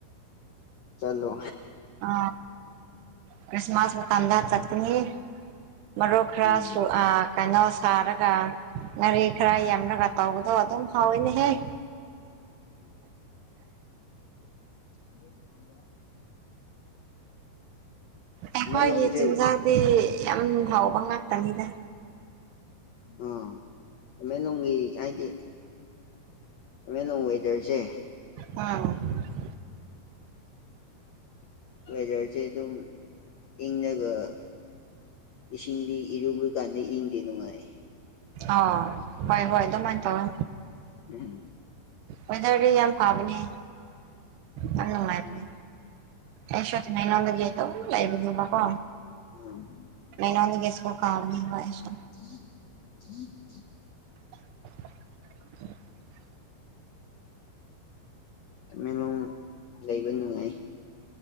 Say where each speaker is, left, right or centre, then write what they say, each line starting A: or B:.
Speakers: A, on the left; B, on the right.
A: ꯆꯂꯣ
B: ꯑ ꯀ꯭ꯔꯤꯁꯃꯥꯁ ꯃ ꯀꯥꯟꯗꯥ ꯆꯠꯀꯅꯤ ꯃꯔꯨꯞ ꯈꯔꯁꯨ
A: ꯎꯝ
B: ꯑ ꯀꯩꯅꯣ ꯁꯥꯔꯒ ꯉꯥꯔꯤ ꯈꯔ ꯌꯝꯂꯒ ꯇꯧꯕꯗꯣ ꯑꯗꯨꯝ ꯍꯧꯋꯤꯅꯦꯍꯦ <inaudible>
A: <inaudible>
B: ꯑꯩꯈꯣꯏꯒꯤ
A: ꯇꯃꯦꯡꯂꯣꯡꯁꯦ
B: ꯆꯤꯟꯖꯥꯛꯗꯤ ꯌꯥꯝ ꯍꯥꯎꯕ ꯉꯇꯅꯤꯗ
A: ꯑꯣꯃꯦꯂꯣꯡꯒꯤ ꯍꯥꯏꯗꯤ ꯃ ꯅ ꯋꯥꯦꯇꯔꯁꯦ
B: ꯎꯝ
A: ꯋꯦꯖꯔ ꯑꯗꯨꯝ ꯏꯪꯉꯒ ꯏꯁꯤꯡꯗꯤ ꯏꯔꯨꯕ ꯀꯥꯟꯗ ꯏꯪꯗꯦ ꯅꯨꯡꯉꯥꯏ
B: ꯑ ꯍꯣꯏ ꯍꯣꯏ ꯑꯗꯨꯃꯥꯏꯅ ꯇꯧꯋꯦ
A: ꯎꯝ
B: ꯋꯦꯗꯔꯗꯤ ꯌꯥꯝ ꯐꯕꯅꯦ ꯌꯥꯝ ꯅꯨꯡꯉꯥꯏꯔꯅꯦ
A: ꯎꯝ
B: ꯑꯦꯁꯦ ꯃꯅꯗꯒꯤ ꯇ ꯂꯥꯏꯕ ꯉꯕꯀꯣ
A: ꯎ
B: ꯅꯩꯅꯣꯟꯒꯦꯁꯀꯣ ꯀꯥꯕꯅꯤ ꯁ
A: <inaudible>
B: <inaudible>
A: ꯇꯃꯦꯡꯂꯣꯡ ꯂꯩꯕ ꯅꯨꯡꯉꯥꯏ